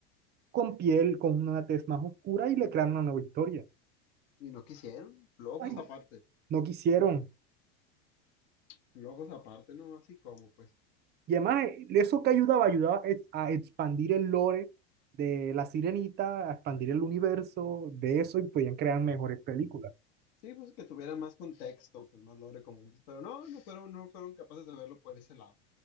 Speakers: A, on the right; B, on the left.
A: con piel, con una tez más oscura y le crearon una nueva historia.
B: Y no quisieron, flojos
A: Ay,
B: aparte,
A: no quisieron,
B: flojos aparte, no, así como pues.
A: Y además, eh, eso que ayudaba, ayudaba es a expandir el lore de La Sirenita, a expandir el universo de eso y podían crear mejores películas.
B: Sí, pues que tuviera más contexto, pues más lore, como dices, pero no, no fueron, no fueron capaces de verlo por ese lado.